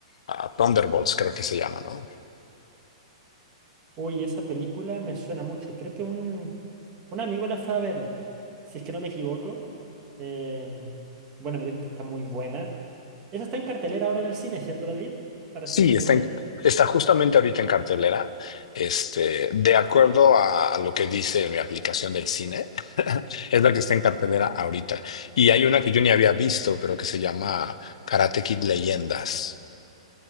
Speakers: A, on the left; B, on the right.
A: a Thunderbolts, creo que se llama, ¿no?
B: Uy, esa película me suena mucho. Creo que un, un amigo la fue a ver, si es que no me equivoco. Em, bueno, me dijo que está muy buena. Esa está en cartelera ahora en el cine, ¿cierto, David? Para
A: Sí,
B: hacerme
A: está,
B: memoria.
A: en- está justamente ahorita en cartelera. Este, de acuerdo a, a lo que dice mi aplicación del cine, <laughs> es la que está en cartelera ahorita. Y hay una que yo ni había visto, pero que se llama Karate Kid Leyendas.